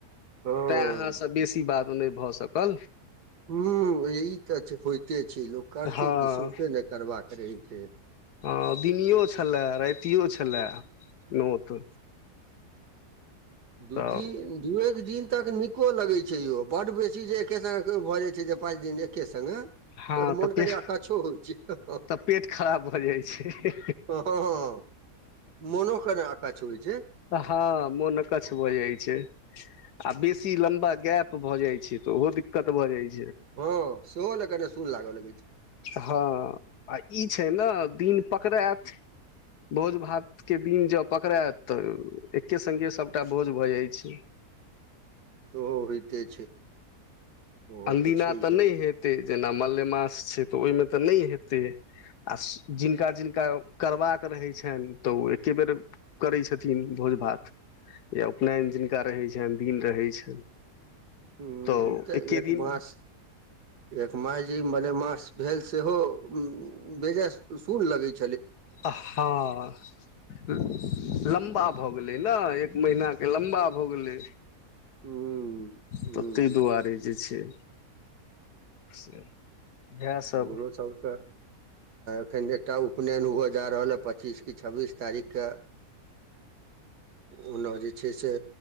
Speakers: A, on the right; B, on the left.
A: हँ
B: तैं अहाँसँ बेसी बात नहि भऽ सकल
A: हू ए तऽ छै होयते छै लोक करते
B: हँ
A: कि सोसे नहि करबाका रहे छै
B: हँ दिनओ छलय रातिओ छलय नोत
A: दू
B: तऽ
A: तीन दू एक दिन तक नीको लगै छै छै यो बड बेसी जे एके संग भऽ जाय छै पाँच दिन एके संगे त
B: हँ
A: मोन
B: तऽ पेट
A: करै अकछो होइ छै
B: तऽ पेट खराब भऽ जाइ छै
A: हँ मोनो कनि अकच्छ होइ छै
B: हँ मोन अकक्ष भ जा छै आ बेसी लम्बा गैप भऽ जाइ छै तऽ ओहो दिक्कत भऽ जाइ छै
A: हँ सेहो लए कनि सुन लागलै
B: हँ आ ई छै ने दिन पकड़त भोज भातके दिन जँ पकड़ायत तऽ एके सङ्गे सभटा भोज भऽ जाइ छै
A: तोहो होइत छै ओहो
B: अनदीना
A: छैहे
B: तऽ नहि हेतै जेना मलेमास छै तऽ ओहिमे तऽ नहि हेतै आ जिनका जिनका करबाक रहै छनि तऽ ओ एकेबेर करैत छथिन भोज भात या उपनयन जिनका रहै छनि दिन रहै छनि
A: ह
B: तऽ
A: ई तऽ
B: एके दिन
A: मास एक माय जी मले मास भेल सेहो बेजाय सुन लगे छै
B: अब हँ लम्बा भऽ गेलै ने एक महिना के लम्बा भ गेलै
A: हूं हूं
B: तऽ ताहि दुआरे जे छै से इएह सब
A: हमरो सबके एखन एकटा उपनयन हुअ जा रहल ह पच्चीस कि छब्बीस तारीखकेँ ओना जे छै से